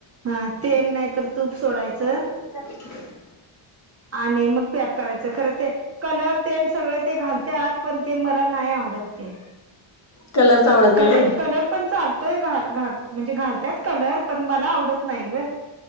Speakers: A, on the right; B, on the left.
A: हा तेल नाय तर तूप सोडायचं.
B: <unintelligible> <inaudible>
A: आणि मग पॅक करायच खरं ते कलर तेन सगळं ते घालत्यात पण ते मला नाय आवडत ते.
B: कलर्सच आवडत
A: कलर
B: नाही होय
A: कलर पण चालतोय, घा घाल म्हणजे घालत्यात कलर पण मला आवडत नाही ग.